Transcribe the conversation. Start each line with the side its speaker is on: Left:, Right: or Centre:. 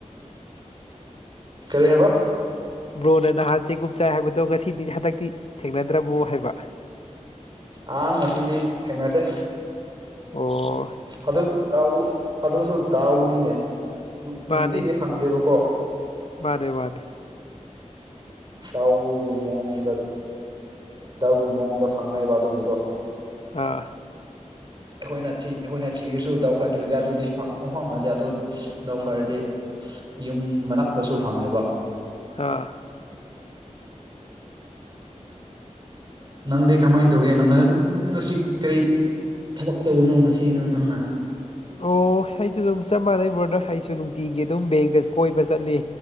Right: ꯀꯔꯤ ꯍꯕ
Left: ꯕ꯭ꯔꯣꯅ ꯅꯍꯥꯟ ꯆꯦꯡꯒꯨꯝ ꯆꯥꯏ ꯍꯥꯏꯕꯗꯣ ꯉꯁꯤꯗꯤ ꯍꯟꯗꯛꯇꯤ ꯊꯦꯡꯅꯗ꯭ꯔꯃꯣ ꯍꯥꯏꯕ
Right: ꯑꯥ ꯉꯁꯤꯗꯤ ꯊꯦꯡꯅꯗꯦ
Left: ꯑꯣ
Right: ꯑꯗꯨꯁꯨ ꯆꯥꯎ ꯑꯗꯨꯁꯨ ꯗꯥꯎꯅꯤꯅꯦ
Left: ꯃꯥꯅꯦ
Right: ꯅꯨꯡꯇꯤꯗꯤ ꯐꯪꯗꯦꯕꯀꯣ
Left: ꯃꯥꯅꯦ ꯃꯥꯅꯦ
Right: ꯗꯥꯎꯒꯤ ꯃꯑꯣꯡꯗ ꯙꯎꯒꯤ ꯃꯑꯣꯡꯗ ꯐꯪꯉꯛꯏꯕ ꯑꯗꯨꯒꯤꯗꯣ
Left: ꯑꯥ
Right: ꯑꯩꯈꯣꯏꯅꯤ ꯑꯩꯈꯣꯏꯅ ꯊꯤꯔꯁꯨ ꯗꯧ ꯐꯠꯇ꯭ꯔꯗꯤ ꯑꯗꯨꯗꯤ ꯐꯪ ꯐꯪꯉꯗꯤ ꯑꯗꯨ ꯗꯧꯐꯔꯗꯤ ꯌꯨꯝ ꯃꯅꯥꯛꯇꯁꯨ ꯐꯪꯉꯦꯕ
Left: ꯑꯥ
Right: ꯅꯪꯗꯤ ꯀꯃꯥꯏꯅ ꯇꯧꯒꯦ ꯅꯪ ꯉꯁꯤ ꯀꯔꯤ ꯊꯕꯛ ꯇꯧꯕꯅꯣ ꯉꯁꯤꯅꯪ ꯅꯪꯅ
Left: ꯑꯣ ꯑꯩꯁꯨ ꯑꯗꯨꯝ ꯆꯞ ꯃꯥꯟꯅꯩ ꯭ꯔꯣꯗꯥ ꯑꯩꯁꯨ ꯅꯨꯡꯇꯤꯒꯤ ꯑꯗꯨꯝ ꯕꯦꯡꯗ ꯀꯣꯏꯕ ꯆꯠꯂꯤ